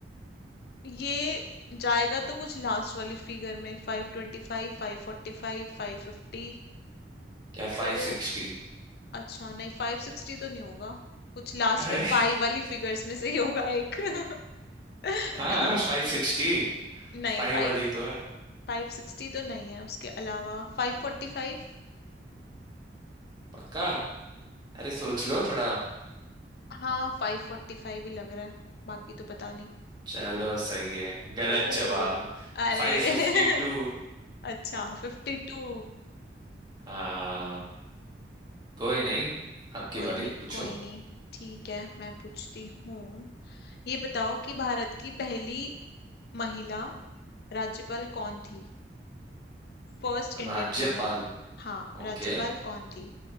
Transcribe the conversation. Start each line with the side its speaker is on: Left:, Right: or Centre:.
Left: ये जाएगा तो कुछ लास्ट वाली फिगर में फाइव ट्वेंटी फाइव फाइव फोर्टी फाइव फाइव फिफ्टी
Right: या 560
Left: तो अच्छा नहीं फाइव सिक्सटी तो नहीं होगा कुछ लास्ट
Right: अरे
Left: में
Right: <laughs>
Left: फाइव वाली फिगर्स में से ही होगा एक <laughs>
Right: हाँ फाइव सिक्सटी
Left: नहीं
Right: फाइव
Left: फाइव
Right: वाली तो है
Left: फाइव सिक्सटी तो नहीं है उसके अलावा फाइव फोर्टी फाइव
Right: पक्का अरे सोच लो थोड़ा
Left: हाँ फाइव फोर्टी फाइव ही लग रहा है बाकी तो पता नहीं
Right: चलो सही है गलत
Left: ओ
Right: जवाब
Left: अरे
Right: Five
Left: <laughs>
Right: fifty two
Left: अच्छा फिफ्टी टू
Right: हाँ कोई नहीं आपकी
Left: कोई
Right: बारी
Left: नहीं
Right: पूछो
Left: कोई नहीं ठीक है मैं पूछती हूँ ये बताओ कि भारत की पहली महिला राज्यपाल कौन थी First Indian
Right: राज्यपाल
Left: women हाँ राज्यपाल
Right: ओके
Left: कौन थी